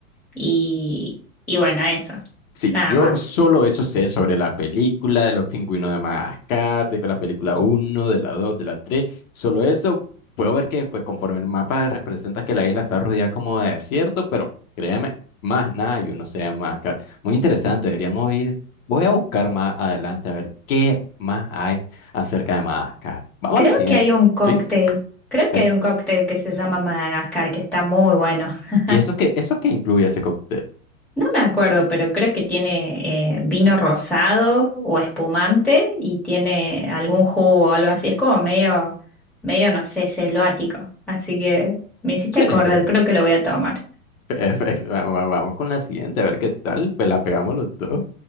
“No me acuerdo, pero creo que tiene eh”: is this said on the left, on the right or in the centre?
Centre